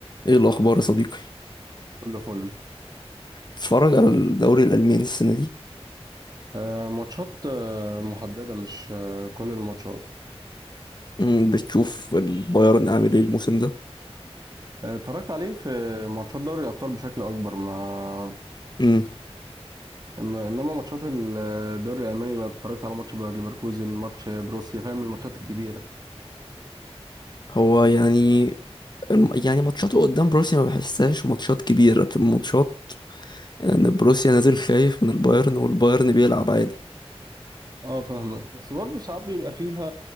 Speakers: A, on the left; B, on the right.
A: ايه الاخبار يا صديقي
B: كله فل
A: بتتفرج على الدوري الالماني السنه دي
B: آه، ماتشات آه، محددة مش آه، كل الماتشات
A: أمم، بتشوف البايرن عامل ايه الموسم ده
B: آه، اتفرجت عليه في ماتشات دوري الأبطال بشكل أكبر ما
A: أمم،
B: إن- إنما ماتشات الدوري الألماني بقى اتفرجت على ماتش باير ليفركوزن ماتش بروسيا فاهم الماتشات الكبيرة
A: هو يعني الم- يعني ماتشاته قدام بروسيا ما بحسهاش ماتشات كبيره بتبقى ماتشات ان بروسيا نازل خايف من البايرن والبايرن بيلعب عادي
B: اه فاهمك بس برضه ساعات بيبقى فيها